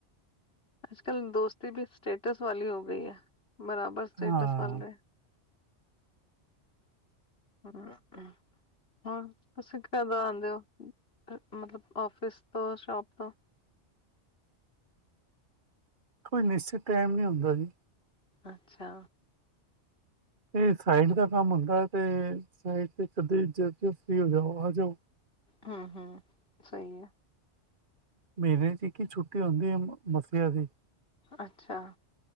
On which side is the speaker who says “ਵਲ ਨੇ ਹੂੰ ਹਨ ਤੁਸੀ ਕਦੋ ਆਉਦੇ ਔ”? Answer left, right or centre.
Left